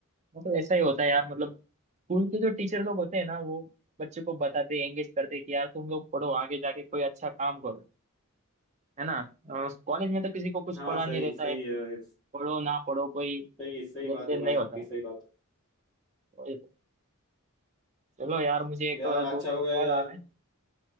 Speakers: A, on the right (about 30°); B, in the centre.
A: मतलब ऐसा ही होता है यार मतलब स्कूल के जो टीचर लोग होते हैं ना वो बच्चे को बताते एंगेज करते हैं कि यार तुम लोग पढ़ो आगे जाके कोई अच्छा काम करो है ना कॉलेज में तो किसी को कुछ
B: हाँ
A: पढ़ा
B: सही
A: नहीं रहता
B: सही
A: है
B: है भाई।
A: पढ़ो ना पढ़ो कोई
B: सही
A: लेन
B: सही बात
A: देन
B: है
A: नहीं
B: भाई आपकी
A: होता है
B: सही
A: वही
B: बात
A: तो ये- तो, चलो यार मुझे एक
B: है। यार
A: दोस्त
B: अच्छा हो
A: का कॉल
B: गया यार
A: आ रहा है